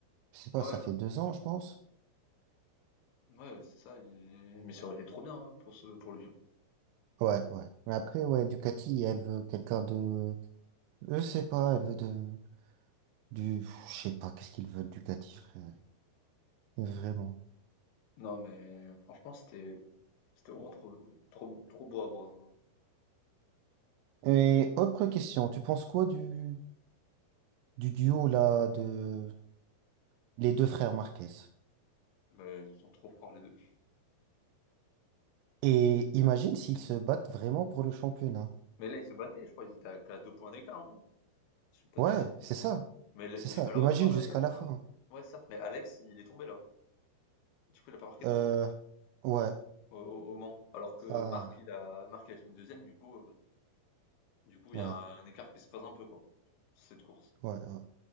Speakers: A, on the right; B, on the left.
A: Je sais pas,
B: Ouais,
A: ça fait deux ans, je pense.
B: ouais, ouais, c'est ça, il mais ça aurait été trop bien, hein, pour ce pour lui, hein.
A: Ouais, ouais. Mais après, ouais, Ducati, elle veut quelqu'un de... Je sais pas, elle veut de... Du... Je sais pas, qu'est-ce qu'ils veulent, Ducati, frère. Vraiment.
B: Non, mais franchement, c'était c'était vraiment trop trop trop beau à voir, genre.
A: Et autre question, tu penses quoi du... du duo, là, de... Les deux frères Marquez?
B: Mais ils sont trop forts les 2.
A: Et imagine s'ils se battent vraiment pour le championnat.
B: Mais là, ils se battaient, je crois, ils étaient à qu'à 2 points d'écart, non? Si je dis pas
A: Ouais,
B: de bêtises.
A: c'est ça.
B: Mais, les-
A: C'est
B: mais
A: ça.
B: malheureusement,
A: Imagine
B: là,
A: jusqu'à
B: il y a.
A: la
B: euh,
A: fin. hein.
B: Ouais, certes, mais Alex, il est tombé là. Du coup, il a pas marqué
A: Euh...
B: de points
A: Ouais.
B: au, au- au Mans. Alors que
A: Ah.
B: Marc, il a, Marc, il a fini deuxième, du coup, euh, du coup, il
A: Ouais.
B: y a un, un écart qui se présente un peu, quoi. Cette course
A: Ouais. Ouais.